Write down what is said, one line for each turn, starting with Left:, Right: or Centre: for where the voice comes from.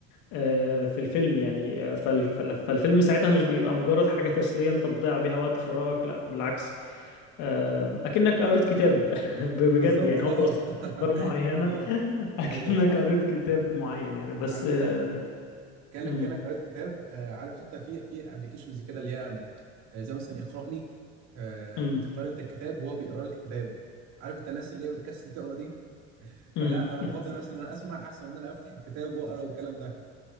Left: آه، في الفيلم يعني آه، فال- فال- فالفيلم ساعتها مش بيبقى مجرد حاجه تسليه انت بتضيع بيها وقت فراغك لا بالعكس آه، اكنك قريت كتاب <laughs> بجد
Right: بالظبط
Left: يعني
Right: اه
Left: هو بيوصف
Right: <laughs>
Left: افكار معينه
Right: اه
Left: <laughs> اكنك
Right: ايوه صح
Left: قريت كتاب معين يعني بس
Right: عارف
Left: آه،
Right: انت كانك
Left: مم،
Right: كانك قريت كتاب آه عارف انت في في ابلكيشنز كده اللي هي آه، زي مثلا اقرا لي آه
Left: مم،
Right: بتختار انت الكتاب وهو بيقرا لك الكتاب عارف انت الناس اللي هي بتكسل تقرا دي فلا
Left: مم،
Right: انا
Left: بالظبط.
Right: بفضل مثلا ان انا اسمع احسن من ان انا افتح الكتاب واقرا والكلام ده